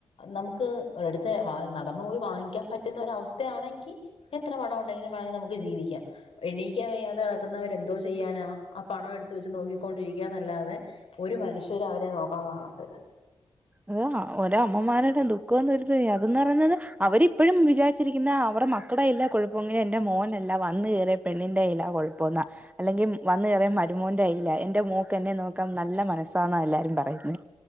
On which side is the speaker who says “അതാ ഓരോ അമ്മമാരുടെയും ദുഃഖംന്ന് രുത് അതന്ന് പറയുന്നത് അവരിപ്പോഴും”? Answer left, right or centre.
Right